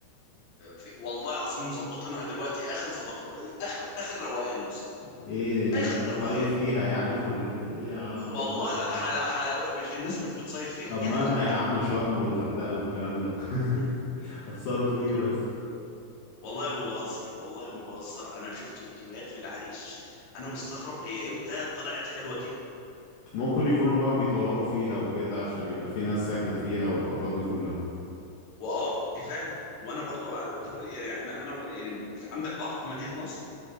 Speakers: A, on the left; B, on the left.
A: في- والله العظيم مظبطينها دلوقتي اخر ظبط اخر اخر روقان يا اسطى
B: ايه الناس
A: اخر
B: بتطايف
A: روقان
B: فيها يعني <laughs> ولا ايه إيه يا عم اول
A: والله
B: مرة
A: لا
B: اسمع
A: حلاوه حلاوه مش الناس مش بتصيف فيها
B: طب
A: دي
B: مالها
A: حلاوتها
B: يا عم شرم والغردقة والكلام ده <laughs> اثروا في ايه
A: كله
B: بس
A: والله ما بهزر والله ما بهزر انا شفت فيديوهات للعريش انا مستغرب هي امتى طلعت حلوه كده
B: ممكن يكونوا بقى بيطوروا فيها وكده عشان يبقى في ناس ساكنة فيها والحوارات دي كلها
A: واه دي فعلا وانا برضو آه، وانت يعني احنا انا يعني عندك بحر في مدينه نصر